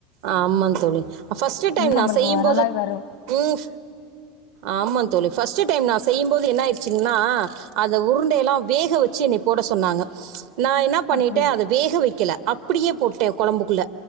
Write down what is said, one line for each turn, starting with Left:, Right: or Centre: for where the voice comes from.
Right: ஆமா தோழி ஃபர்ஸ்ட்
Left: அது
Right: டைம்
Left: நம்மளுக்கு
Right: நா செய்யும் போது
Left: நல்லாவே வரு
Right: உம் ஆமா தோழி ஃபர்ஸ்ட்டு டைம் நா செய்யும்போது என்னாயிடுச்சிங்னா அந்த உருண்டைய எல்லாம் வேக வெச்சு என்னைய போட சொன்னாங்க நா என்ன பண்ணிட்டே
Left: அப்படியா
Right: அத வேக வெக்கல அப்டியே போட்டே கொழம்புக்குள்ள